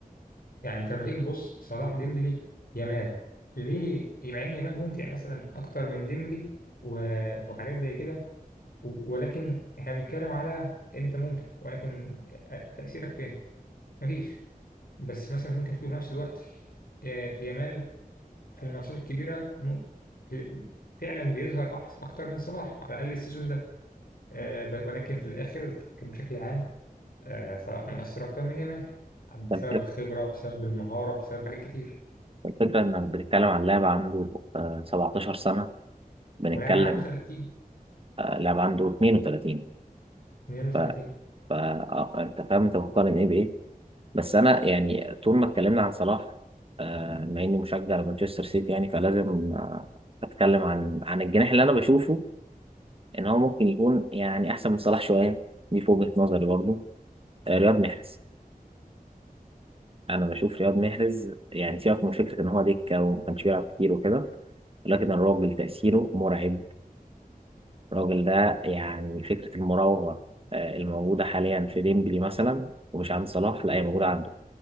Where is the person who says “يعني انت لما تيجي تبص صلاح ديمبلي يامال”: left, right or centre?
Left